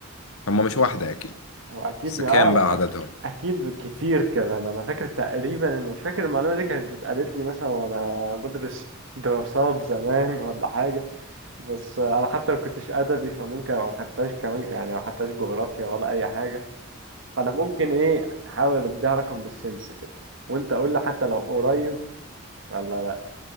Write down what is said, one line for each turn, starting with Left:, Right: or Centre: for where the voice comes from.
Left: هم مش واحدة اكيد
Right: هو اكيد
Left: بس
Right: م-
Left: كام
Right: اه لا
Left: بقى عددهم
Right: أك... اكيد كتير كمان انا فاكر تقريبا انا مش فاكر المعلومه دي كانت اتقالت لي مثلا وانا بدرس دراسات زمان ولا حاجه بس انا حتى ما كنتش ادبي فممكن ابقى ما خدتهاش كمان يعني ما خدتهاش جغرافيا ولا اي حاجه فانا ممكن ايه احاول اديها رقم بالسنس كده وانت قول لي حتى لو قريب ولا لا